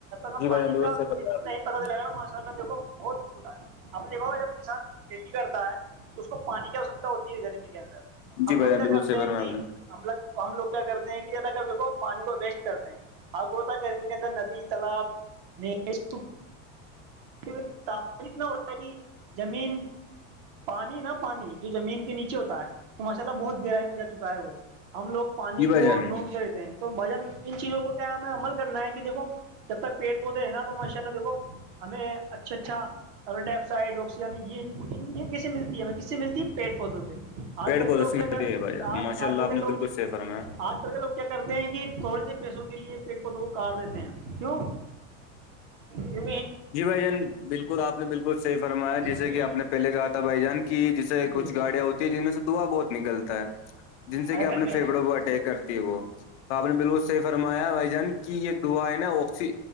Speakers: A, on the right; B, on the left.
A: ہم
B: جی بھائی
A: پانی
B: جان بالکل
A: کا
B: صحیح فرمایا
A: متو
B: آپ
A: نہیں
B: نے
A: پتا چلے گا ماشاء اللہ دھو بت بتاا اب دیکاو جب کسان کھیتی کرتا ہے تو اس کو پانی کی آوشکتا ہوتی ہے گرمی کے اندر
B: جی
A: ہم
B: بھائی
A: لوگ
B: جان
A: کیا
B: بالکل
A: کرتے
B: صحیح
A: ہیں
B: فرمایا
A: کہ
B: آپ نے
A: <unintelligible> ہم لگ ہم لوگ کیا کرتے ہیں کہ زیادہ کر دیکو پانی کو ویسٹ کرتے ہیں ہاںگو تھا گرمی کے اندر ندی تالاب <unintelligible> س اتنا ہوتا ہے کہ زمین <unintelligible> پانی نہا پانی جو زمین <unintelligible> نیچے ہوتا ہے تو ماشاء اللہ بہت گہرائی میں جا چکا ہے وہ ہم لوگ <unintelligible> پانی
B: جی بھائی
A: کو
B: جان
A: ڈھونڈتے رہتے ہیں تو باجل <unintelligible> ان چیزوں کو کیا ہم ہے عمل کرنا ہے کہ دیکھو جب تک پیڑ پودے ہے نا تو ماشاء اللہ دیکھو ہمیں اچھا اچھا کب ڈائی آکسائڈ آکسیجن یہ یہ کیسے ملتی ہے ہمیں کس سے ملتی ہے پیڑ پودوں سے
B: پیڑ
A: آج کل
B: پودوں
A: کے لوگ
B: سے
A: کیا
B: ملتی
A: اگر
B: ہے بھائی
A: جی
B: جان
A: آج
B: ماشاء اللہ
A: کل
B: آپ
A: کے
B: نے
A: لوگ
B: بالکل صحیح فرمایا
A: آج کل کے لوگ کرتے ہیں کہ تھوڑے سے پیسوں کے لیے پیڑ پودوں کو کاٹ دیتے ہیں کیوں یہ
B: جی بھائی جان بالکل آپ نے بالکل صحی فرمایا جیسے
A: جی
B: کہ آپ نے پہلے کہا تھا بھائی جان کی جیسے
A: جی
B: کچھ گاڑیاں جن میں سے دعا بہت نکلتا ہے جن سے
A: اٹک
B: کہ اپنے
A: گیا
B: فیفڑوں کو اٹیک کرتی ہے وہ تو آپ نے بالکل صحی فرمایا بھائی جان کی یہ دعا ہے نا آکسی